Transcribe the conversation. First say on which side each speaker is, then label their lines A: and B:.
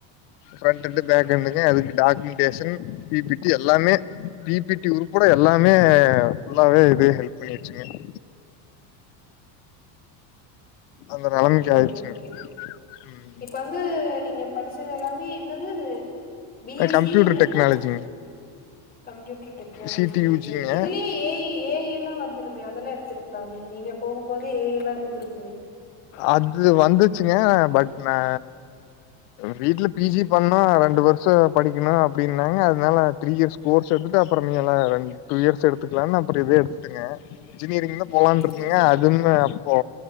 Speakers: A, on the left; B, on the left.
A: ஃப்ரண்ட் அண்டு பேக்கெண்டுங்க அதுக்கு டாக்குமெண்டேஷன் பி பி டி எல்லாமே பி பி டி உர்பட எல்லாமே ஃபுல்லாவே இது ஹெல்ப் பண்ணிருச்சுங்க <inaudible> அந்த நெலமைக்கு
B: ஓகே
A: ஆயிருச்சுங்க
B: ஓகே ஓகே
A: ம்
B: இப்போ வந்து நீங்க படிச்சது எல்லாமே என்னது பி எஸ்
A: கம்ப்யூட்டர்
B: சி என்னது
A: டெக்னாலஜிங்க
B: computer technology
A: C D you
B: okay
A: ஜிங்க
B: okay இதுலே ஏ ஏ ஐ ல்லா வந்துருமே அதல்லா எடுத்திரு க்லாமே நீங்க போகும்போதே ஏ ஐ ல்லா இருந்துருக்குமே
A: அது வந்துச்சுங்க பட் நா வீட்ல பி ஜி பண்ணு ரெண்டு வருஷொ படிக்கணு அப்டின்னாங்க அதனால த்ரீ இயர்ஸ் கோர்ஸ் எடுத்துட்டு அப்பறோ மீ எல்லா ரெண் டூ இயர்ஸ் எடுத்துக்கலானு அப்பறோ இதே எடுத்துட்டுங்க இன்ஜினியரிங்த போலான் இருந்தேங்க
B: செரி செரி
A: அதுவ்மே அப்போ